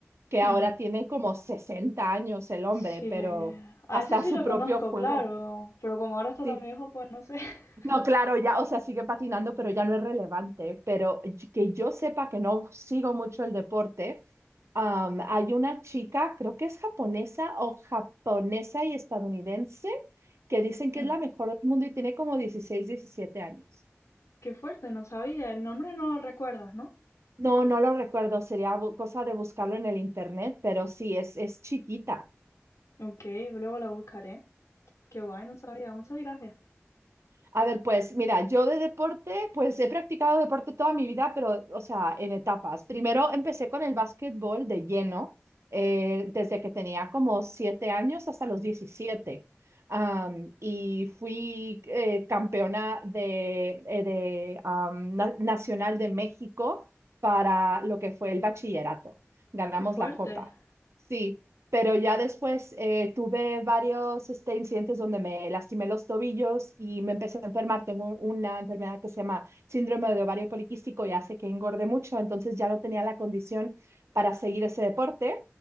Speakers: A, on the right; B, on the left.
A: que
B: Hmm,
A: ahora tiene como 60 años el hombre,
B: Sí,
A: pero
B: a
A: hasta
B: ese sí
A: su
B: lo
A: propio
B: conozco,
A: juego.
B: claro, pero como ahora está
A: Sí.
B: tan viejo, pues no sé. <laughs>
A: No, claro, ya, o sea, sigue patinando, pero ya no es relevante. Pero y- que yo sepa que no sigo mucho el deporte, am, hay una chica, creo que es japonesa o japonesa y estadounidense, que dicen que
B: Hmm,
A: es la mejor del mundo y tiene como 16, 17 años.
B: Qué fuerte, no sabía, el nombre no lo recuerdas, ¿no?
A: No, no lo recuerdo, sería bu- cosa de buscarlo en el internet, pero sí, es, es chiquita.
B: Ok, luego lo buscaré. Qué guay, no sabía, muchas gracias.
A: A ver, pues mira, yo de deporte, pues he practicado deporte toda mi vida, pero, o sea, en etapas. Primero empecé con el básquetbol de lleno, eh, desde que tenía como siete años hasta los diecisiete, Am, y fui eh, campeona de, eh, de, am, na- Nacional de México para lo que fue el bachillerato. Ganamos
B: Qué fuerte.
A: la copa.
B: <gasps>
A: Sí, pero ya después eh, tuve varios este, incidentes donde me lastimé los tobillos y me empecé a enfermar. Tengo una enfermedad que se llama síndrome de ovario poliquístico y hace que engorde mucho, entonces ya no tenía la condición para seguir ese deporte.